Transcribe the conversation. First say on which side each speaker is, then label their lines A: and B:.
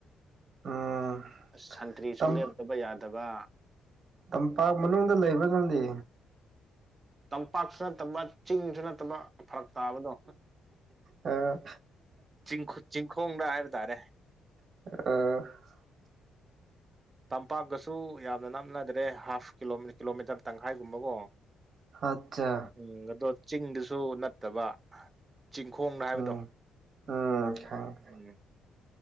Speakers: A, on the right; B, on the right.
A: ꯎꯝ
B: ꯑ ꯁꯟꯇ꯭ꯔꯤꯁꯨ
A: ꯇꯝ
B: ꯂꯦꯞꯇꯕ ꯌꯥꯗꯕ
A: ꯇꯝꯄꯥꯛ ꯃꯅꯨꯡꯗ ꯂꯩꯕ ꯅꯪꯗꯤ
B: ꯇꯝꯄꯥꯛꯁꯨ ꯅꯠꯇꯕ ꯆꯤꯡꯁꯨ ꯅꯠꯇꯕ ꯐꯔꯛ ꯇꯥꯕꯗꯣ
A: ꯑꯥ
B: ꯆꯤꯡ ꯆꯤꯡꯈꯣꯡꯗ ꯍꯥꯏꯕ ꯇꯥꯔꯦ
A: ꯑ ꯑ
B: ꯇꯝꯄꯥꯛꯀꯁꯨ ꯌꯥꯝꯅ ꯂꯥꯞꯅꯗ꯭ꯔꯦ ꯍꯥꯐ ꯀꯤꯂꯣ ꯀꯤꯂꯣꯃꯤꯇꯔ ꯇꯪꯈꯥꯏꯒꯨꯝꯕꯀꯣ
A: ꯑꯠꯆꯥ
B: ꯎꯝ ꯑꯗꯣ ꯆꯤꯡꯗꯨꯁꯨ ꯅꯠꯇꯕ ꯆꯤꯡꯈꯣꯡꯅ ꯍꯥꯏꯕꯗꯣ
A: ꯎꯝ ꯎꯝ ꯈꯪ
B: ꯎꯝ